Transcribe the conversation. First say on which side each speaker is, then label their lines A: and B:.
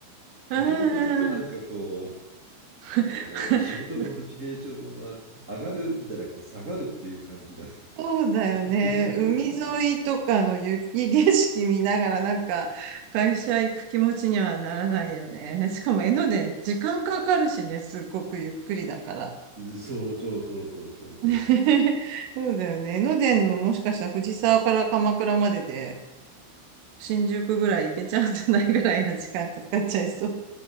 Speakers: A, on the right; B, on the right.
A: とてもとてもなんかこ
B: うんうんうん。
A: うあの仕事のモチベーションは上がるんじゃなくて下がるっていう感じだ。
B: <laughs> そうだよね。
A: <laughs>
B: 海沿いとかの雪景色見ながらなんか会社行く気持ちにはならないよね。しかも江ノ電、時間かかるしね、すっごくゆっくりだから。
A: そうそうそうそうそうそう。
B: <laughs> そうだよね。江ノ電のもしかしたら藤沢から鎌倉までで新宿ぐらい行けちゃうんじゃないぐらいの時間かかっちゃいそう。